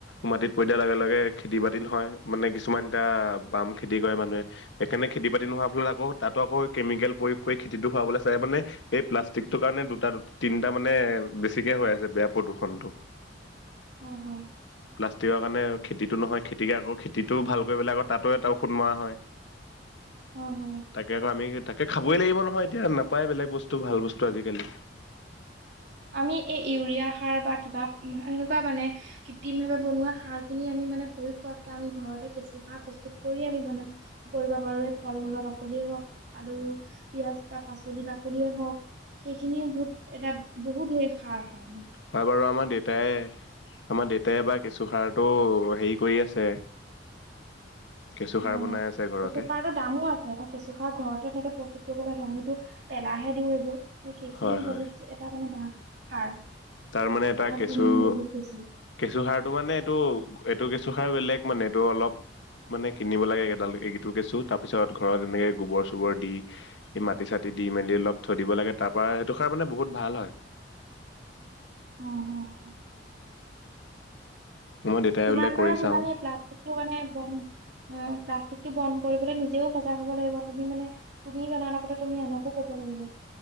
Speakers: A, on the left (about 70°); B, on the right (about 65°).
A: মাটিত পৰি দিয়াৰ লগে লগে খেতি বাতিল হয় মানে কিছুমান এটা বাম খেতি কৰে মানুহে। সেইকাৰণে খেতি বাতি নোহোৱাৰ ফলত আকৌ তাতো আকৌ কেমিকেল প্ৰয়োগ কৰি খেতিটো হোৱাবলৈ চায় মানে এই প্লাষ্টিকটোৰ কাৰণে দুটা দুটা তিন তাৰ মানে বেছিকে হৈ আছে বেয়া প্ৰদূষণটো।
B: হয়ঁ হয়ঁ!
A: প্লাষ্টিকৰ কাৰণে খেতিটো নহয় খেতিক আকৌ খেতিটোও ভাল কৰিবলৈ আকৌ তাতো এটা ঔষধ মৰা হয়ঁ।
B: অঁ হয়।
A: তাকে আকৌ আমি তাকে খাবই লাগিব নহয় এতিয়া নাপায় বেলেগ বস্তু ভাল বস্তু আজিকালি।
B: আমি এই ইউৰিয়া সাৰ বা কিবা এনেকুৱা মানে। কৃত্ৰিম ভাৱে বনোৱা সাৰ খিনি আমি মানে প্ৰয়োগ কৰাতকে আমি ঘৰতে কেঁচু সাৰ প্ৰস্তুত কৰিয়ে আমি বনাম। কৰিব পাৰো এই ফলমূলৰ বাকলিয়ে হওঁক আলু পিঁয়াজ বা পাচলি বাকলিয়েই হওঁক। সেইখিনিও বহুত এটা বহুত হে সাৰ হয়ঁ।
A: হয়ঁ বাৰু আমাৰ দেউতাই আমাৰ দেউতাই বা কেঁচুসাৰটো হেৰি কৰি আছে। কেঁচুসাৰ
B: হয়ঁ
A: বনাই
B: হয়ঁ
A: আছে ঘৰতে।
B: কেঁচু সাৰটোত। কামো আছে কেঁচুসাৰ ঘৰতে তেনেকে প্ৰস্তুত কৰিব লাগে আমিতো পেলাহে দিওঁ এইবোৰ। সেইখিনিও
A: হয় হয়
B: বহুত যে এটা মানে দা সাৰ
A: তাৰ মানে এটা কেঁচু-
B: গুণ বহুত বেছি
A: কেঁচুসাৰটো মানে এইটো এইটো কেঁচুসাৰ বেলেগ মানে এইটো অলপ। মানে কিনিব লাগে এডাল এইকেডাল কেঁচু তাৰপিছত ঘৰত এনেকৈ গোবৰ চোবৰ দি এই মাটি চাটি দি মেলি অলপ থৈ দিব লাগে তাৰপৰা সেইটো সাৰ মানে বহুত ভাল হয়।
B: অঁ হঁয় হঁয়।
A: মই দেউতাই
B: যিমান
A: বোলে কৰি
B: পাৰে সিমানেই
A: চাওঁ
B: প্লাষ্টিকটো মানে বন্ধ। অঁ প্লাষ্টিকটো বন্ধ কৰিবলৈ নিজেও সজাগ হ'ব লাগিব তুমি মানে। তুমি জনাৰ লগতে তুমি আনকো কব লাগিব।